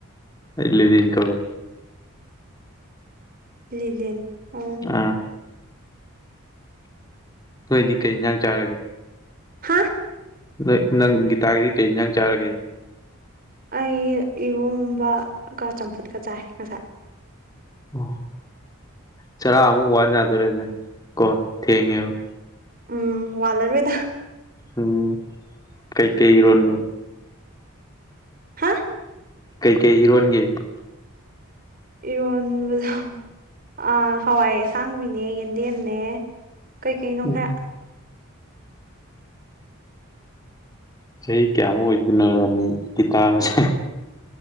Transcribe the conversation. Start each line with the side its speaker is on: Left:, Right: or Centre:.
Left: ꯑꯩ ꯂꯤꯅꯤꯟ ꯀꯧꯋꯦ
Right: ꯂꯤꯂꯤꯟ ꯑꫭ
Left: ꯑꯥ ꯅꯣꯏꯗꯤ ꯀꯩ ꯌꯦꯟꯁꯥꯡ ꯆꯥꯔꯒꯦ
Right: ꯍꯥ
Left: ꯅꯣꯏ ꯅꯪ ꯒꯤꯇꯥꯒꯤꯗꯤ ꯀꯩ ꯏꯟꯖꯥꯡ ꯆꯥꯔꯒꯦ
Right: ꯑꯩ ꯏꯔꯣꯝꯕꯒ ꯆꯝꯐꯨꯠꯀ ꯆꯥꯏ ꯉꯁꯥꯏ
Left: ꯑꯣ ꯆꯔꯥ ꯑꯃꯨꯛ ꯋꯥꯟ ꯌꯥꯗꯣꯔꯦꯅꯦ ꯀꯣ ꯊꯦꯡꯉꯦꯕ
Right: ꯎꯝ ꯋꯥꯜꯂꯔꯣꯏꯗ
Left: ꯎꯝ ꯀꯩ ꯀꯩ ꯏꯔꫭꯟꯕ
Right: ꯍꯥ
Left: ꯀꯩꯀꯩ ꯏꯔꯣꯟꯒꯦ
Right: ꯏꯔꯣꯟꯕꯗꯣ ꯑ ꯍꯋꯥꯏ ꯑꯁꯥꯡꯕꯤꯅꯦ ꯌꯦꯟꯗꯦꯝꯅꯦ ꯀꯩꯀꯩꯅꯣ
Left: ꯎꯝ
Right: ꯈꯔ
Left: ꯆꯍꯤ ꯀꯌꯥꯃꯨꯛ ꯑꯣꯏꯗꯣꯏꯅꯣ ꯔꯅꯤ ꯒꯤꯇꯥꯁꯦ